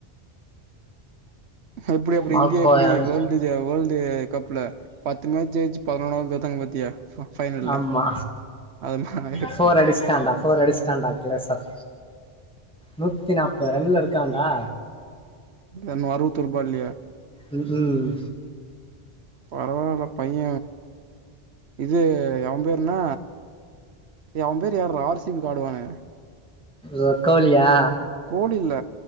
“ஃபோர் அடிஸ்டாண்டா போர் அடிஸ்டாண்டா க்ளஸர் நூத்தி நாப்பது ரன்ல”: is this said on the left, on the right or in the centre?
Centre